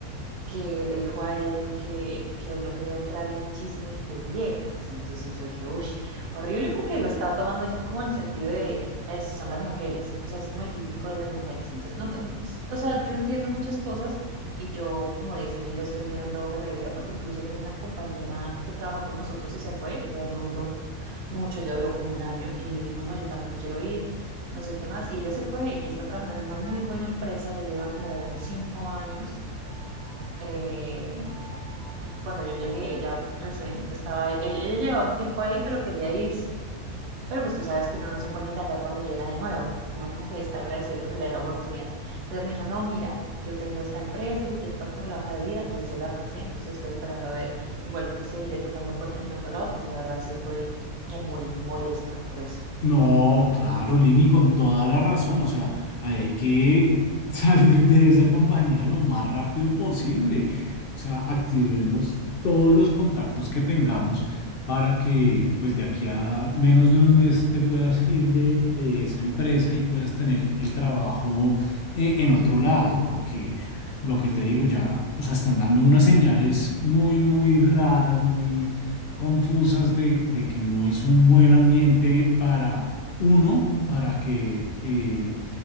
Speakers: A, on the right; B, on the left.
A: que le dijo a él que, que él no quería entrar en chismes de viejas. Entonces yo dije, uff, horrible porque lo estaba tomando ya como en el sentido de, "Es- son las mujeres, o sea, es como el típico de las mujeres. Entonces, no, no, o sea, yo entiendo muchas cosas y yo, como dices, yo ya estoy mirando hojas de vida porque incluso tengo una compañera que trabajó con nosotros y se fue, ella no duró mucho, ella duró como un año y dijo, no, yo también me quiero ir. No sé qué más, y ella se fue y está trabajando en una muy buena empresa, ya lleva como unos cinco años eh, porque cuando yo llegué, ella recién estaba, e- ella ella llevaba un tiempo ahí, pero quería irse. Pero pues tú sabes que uno no se pone a indagar cuando llega de nuevo, uno como que está agradecido porque le da la oportunidad. Entonces me dijo, no, mira, yo tengo esta empresa, si quieres pásame la hoja de vida, yo se la pasé, entonces estoy esperando a ver, igual pues seguiré tocando puertas en otro lado porque la verdad sí estoy como muy molesta por eso.
B: No, claro, Lini, con toda la razón. O sea, ahí hay que <laughs> salir de esa compañía lo más rápido posible. O sea, activemos todos los contactos que tengamos para que, pues, de aquí a menos de un mes te puedas ir de, de esa empresa y puedas tener el trabajo eh, en otro lado, porque lo que te digo ya, o sea, están dando unas señales muy, muy raras, muy confusas de, de que no es un buen ambiente para uno, para que, eh,